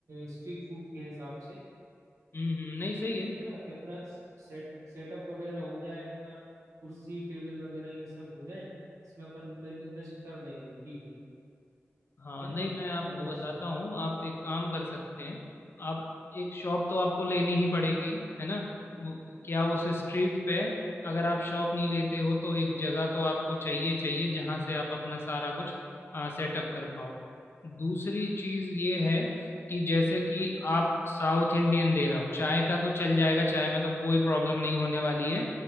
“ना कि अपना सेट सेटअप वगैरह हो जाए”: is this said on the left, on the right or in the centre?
Right